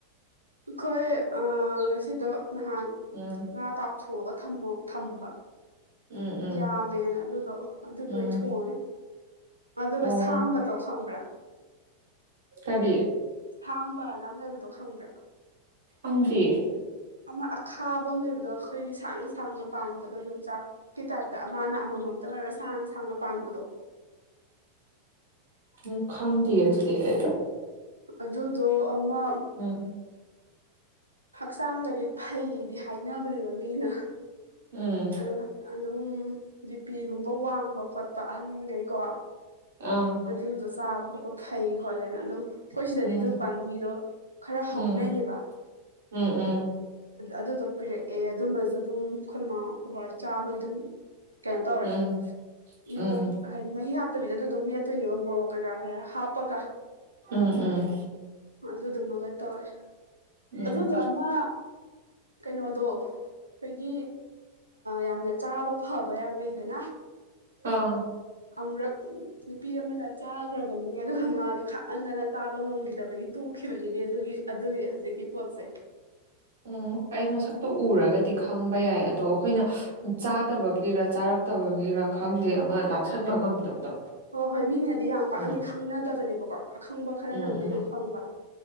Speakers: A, on the right; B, on the right.
A: ꯑꯈꯣꯏ ꯑꯥ ꯉꯁꯤꯗꯣ ꯅꯍꯥꯟ
B: ꯎꯝ
A: ꯉꯥ ꯇꯥꯎꯊꯣꯛꯑꯒ ꯊꯝꯃꯣ ꯊꯝꯕ
B: ꯎꯝ ꯎꯝ
A: ꯌꯥꯝꯃꯦꯅ ꯑꯗꯨꯗꯣ ꯑꯗꯨꯗꯣ
B: ꯎꯝ
A: ꯑꯣꯏ ꯊꯣꯡꯉꯦ ꯑꯗꯨꯒ
B: ꯑꯣ
A: ꯁꯥꯝꯕꯗꯣ ꯈꯪꯕ꯭ꯔꯥ
B: ꯀꯔꯤ
A: ꯁꯥꯝꯕꯅ ꯑꯃ ꯂꯩꯕꯗꯣ ꯈꯪꯕ꯭ꯔꯥ
B: ꯈꯪꯗꯤꯌ‍ꯦ
A: ꯑꯃ ꯑꯈꯥꯕ ꯑꯃ ꯂꯩꯕꯗꯣ ꯈꯣꯏꯒꯤ ꯁꯥꯡꯅ ꯁꯥꯡꯅ ꯄꯥꯟꯕꯗꯣ ꯌꯣꯡꯆꯥꯛ ꯀꯤ ꯇꯥꯏꯞꯇ ꯃꯥꯅ ꯑꯃꯃꯝꯇꯪ ꯑꯣꯏꯔꯒ ꯁꯥꯡ ꯁꯥꯡꯅ ꯄꯥꯟꯕꯗꯣ
B: ꯍꯝ ꯈꯪꯗꯤꯌꯦ ꯗꯨꯗꯤ ꯑꯩ
A: ꯑꯗꯨꯗꯣ ꯑꯃ
B: ꯎꯝ
A: ꯍꯛꯆꯥꯡꯒꯗꯤ ꯐꯩꯗꯤ ꯍꯥꯏꯅꯕꯅꯦꯕ ꯃꯤꯅ
B: ꯎꯝ
A: ꯑꯣ ꯑꯗꯨꯝ ꯕꯤꯄꯤꯒꯨꯝꯕ ꯋꯥꯡꯕ ꯈꯣꯠꯄ ꯑꯍꯟꯒꯩꯀꯣ
B: ꯑꯥ
A: ꯑꯗꯨꯗꯣ ꯆꯥꯕ ꯈꯣꯠꯄ ꯐꯩ ꯈꯣꯠꯂꯦꯅ ꯑꯗꯨꯝ ꯑꯩꯈꯣꯏ ꯁꯤꯗꯗꯤ
B: ꯎꯝ
A: ꯑꯗꯨ ꯄꯥꯝꯕꯤꯗꯣ ꯈꯔ
B: ꯎꯝ
A: ꯍꯧꯅꯩꯌꯦꯕ
B: ꯎꯝ ꯎꯝ
A: ꯑꯗꯨꯗꯣ ꯄꯤꯔꯛꯑꯦ ꯑꯗꯨꯃꯁꯨ ꯑꯗꯨꯝ ꯑꯩꯈꯣꯏꯃꯥꯎ ꯑꯩꯐꯣꯏꯕ ꯆꯥꯕꯒꯤ ꯑꯗꯨꯝ ꯀꯩꯅꯣ ꯇꯧꯔꯦ
B: ꯎꯝ
A: ꯏꯔꯣꯝ
B: ꯎꯝ
A: ꯍꯥꯏꯗꯤ ꯃꯍꯤ ꯍꯥꯞꯇꯕꯤꯗ ꯑꯗꯨꯝ ꯃꯦꯠꯇꯣꯏꯅꯦꯕ ꯃꯣꯔꯣꯛ ꯀꯩꯀꯥ ꯀꯩꯔꯥ ꯍꯥꯞꯄꯒ
B: ꯎꯝ
A: ꯑꯗꯨꯗꯨꯃꯒ ꯇꯧꯋꯦ
B: ꯎꯝ ꯎꯝ
A: ꯑꯗꯨꯗꯣ ꯑꯃ ꯀꯩꯅꯣꯗꯣ ꯑꯩꯈꯣꯏꯒꯤ ꯌꯥꯝꯅ ꯆꯥꯕ ꯐꯥꯕ ꯌꯥꯝꯅ ꯂꯩꯗꯅ
B: ꯑꯥ
A: ꯑꯃꯨꯔꯛ ꯅꯨꯄꯤ ꯑꯃꯅ ꯆꯥꯒ꯭ꯔꯕꯅꯤꯅꯦ ꯑꯗꯨꯒ ꯃꯥꯗꯣ ꯈꯥꯞꯃꯟꯗꯅ ꯆꯥꯕ ꯉꯝꯈꯤꯗꯕꯒꯤ ꯇꯣꯛꯈꯤꯕꯅꯤꯅꯦ ꯑꯗꯨꯒꯤ ꯑꯗꯨꯒꯤ ꯍꯧꯖꯤꯛꯀꯤ ꯄꯣꯠꯁꯦ
B: ꯎꯝ ꯑꯩ ꯃꯁꯛꯇꯣ ꯎꯔꯒꯗꯤ ꯈꯪꯕ ꯌꯥꯏ ꯑꯗꯣ ꯑꯩꯈꯣꯏꯅ ꯆꯥꯗꯕꯒꯤꯔ ꯆꯥꯔꯛ ꯐꯠꯇꯕꯒꯤꯔꯥ ꯈꯪꯗꯦ ꯑꯃ ꯂꯥꯛꯁꯟꯕ ꯉꯝꯗꯕꯗꯣ
A: ꯍꯣꯏ ꯍꯣꯏ ꯃꯤꯅꯗꯤ ꯌꯥꯝ
B: ꯎꯝ
A: ꯄꯥꯛꯑꯗꯤ ꯈꯪꯅꯗꯕꯅꯦꯕꯀꯣ ꯑꯈꯪꯕ ꯈꯔꯅꯕꯨꯗꯤ
B: ꯎꯝ ꯎꯝ
A: ꯑꯗꯨꯝ ꯈꯪꯕ